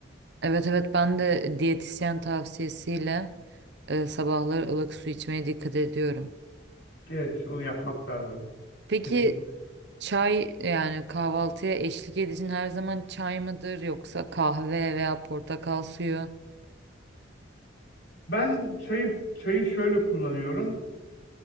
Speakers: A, on the right (about 60°); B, on the left (about 65°).
A: Evet evet ben de diyetisyen tavsiyesiyle e, sabahları ılık su içmeye dikkat ediyorum.
B: Evet onu yapmak lazım
A: Peki
B: kesinlikle.
A: çay yani kahvaltıya eşlik edicin her zaman çay mıdır yoksa kahve veya portakal suyu?
B: Ben çayı, çayı şöyle kullanıyorum.